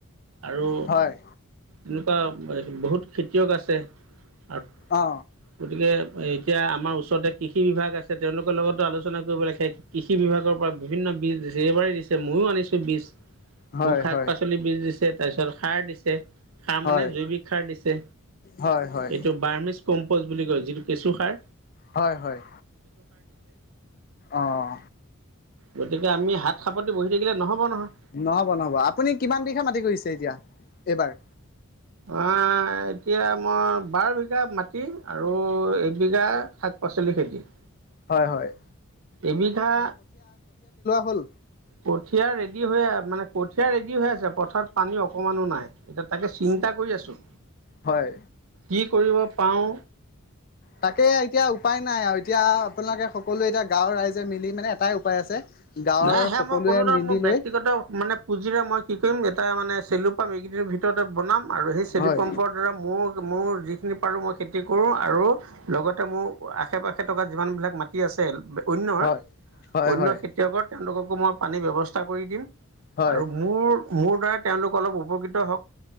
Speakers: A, on the right; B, on the left.
A: আৰু
B: হয়
A: এনেকুৱা বহুত খেতিয়ক আছে আৰু
B: অ
A: গতিকে এতিয়া আমাৰ ওচৰতে কৃষি বিভাগ আছে তেওঁলোকৰ লগতো আলোচনা কৰিব লাগে কৃষি বিভাগৰ পৰা বিভিন্ন। এইবাৰেই দিছে ময়ো আনিছোঁ। বীজ
B: হয়
A: মোক শাক-পাচলি
B: হয়
A: বীজ দিছে, তাৰ পিছত সাৰ দিছে। সাৰ
B: হয়
A: মানে জৈৱিক সাৰ দিছে
B: হয় হয়
A: এইটো বাৰ্মিচ কম্প'জ বুলি কয় যিটো। কেঁচুসাৰ
B: হয়-হয় অহ
A: গতিকে আমি হাত সাপতি বহি থাকিলে নহ'ব। নহয়
B: নহব-নহব আপুনি কিমান বিঘা মাটি কৰিছে এতিয়া এইবাৰ।
A: আহ এতিয়া মই বাৰ বিঘা মাটি আৰু এবিঘা শাক-পাচলিৰ খেতি।
B: হয়-হয়
A: এবিঘা
B: হ'ল
A: কঠীয়া ৰেডি হৈ মানে কঠীয়া ৰেডি হৈ আছে পথাৰত পানী অকণমানো নাই এতিয়া তাকে চিন্তা কৰি আছোঁ।
B: হয়।
A: কি কৰিব পাওঁ।
B: তাকে এতিয়া উপায়- নাই আৰু এতিয়া আপোনালোকে সকলোৱে এতিয়া গাঁওৰ ৰাইজে মিলি মানে এটাই উপায় আছে। গাঁৱৰ
A: নাই সেয়া
B: সকলোৱে
A: মই ক'লো ন
B: মিলি
A: মোৰ ব
B: লৈ
A: ব্যক্তিগত মানে পুঁজিৰে মই কি কৰিম। এটা মানে চেলু পাম এইকেইদনৰ ভিতৰতে বনাম। আৰু সেই চেলি
B: হয়
A: পম্পৰ দ্বাৰা মোৰ মোৰ যিখিনি পাৰো মই খেতি কৰো আৰু লগতে মোৰ আশে পাশে থকা যিমান বিলাক মাটি আছে। অন্য
B: হয় হয়
A: অন্য
B: হয়
A: খেতিয়কৰ তেওঁলোককো মই পানীৰ ব্যৱস্থা কৰি দিম।
B: হয়
A: আৰু মোৰ মোৰ দ্বাৰা তেওঁলোক অলপ উপকৃত হওক।